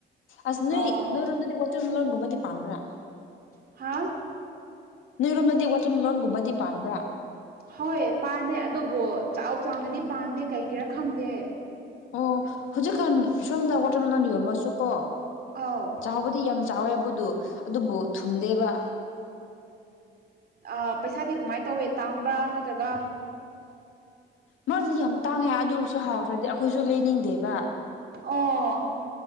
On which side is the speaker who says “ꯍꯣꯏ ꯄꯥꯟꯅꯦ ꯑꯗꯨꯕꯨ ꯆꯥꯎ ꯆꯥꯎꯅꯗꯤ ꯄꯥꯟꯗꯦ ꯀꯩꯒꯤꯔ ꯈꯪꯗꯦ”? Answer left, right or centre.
Right